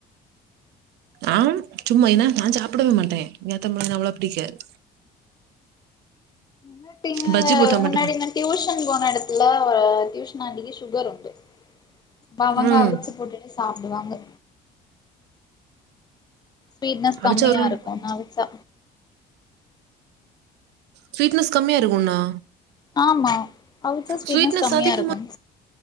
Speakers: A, on the right; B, on the left.
A: ஆம் சும்மா என நா சாப்டவே மாட்டே ஏ ஏத்தோ பழோ அவ்ளோவா பிடிக்காது
B: <unintelligible>
A: பஜ்ஜி போட்டா
B: முன்னாடி
A: மட்டும்
B: மாரி டியூஷன் போன எடத்துல டியூஷன் ஆண்டிக்கு சுகர் உண்டு அப்ப அவங்க
A: ம்
B: அவிச்சு போட்டுட்டு சாப்பிடுவாங்க ஸ்வீட்னஸ் கம்மியாருக்கு
A: அவிச்சா ஒரு
B: அவிச்சா
A: ஸ்வீட்னஸ் கம்மியா இருக்குண்ணா
B: ஆமா அவிச்சா
A: ஸ்வீட்னஸ்
B: கம்மியா
A: அதிகமா
B: இருக்கு